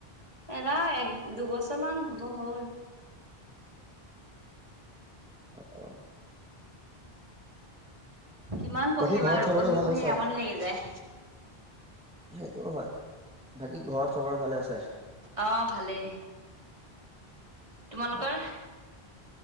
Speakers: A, on the right (about 30°); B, in the centre.
A: এৰা এক -দুবছৰ মান হব হ'ল।
B: অ
A: কিমান পঢ়িম
B: বাকী ঘৰত
A: আৰু
B: চবৰে
A: পঢ়ি
B: ভালে
A: -পঢ়ি
B: আছে
A: আমনি লাগি যায়।
B: সেইটোও হয় বাকী ঘৰত চবৰে ভালে আছে?
A: অহ, ভালেই। তোমালোকৰ?
B: অ।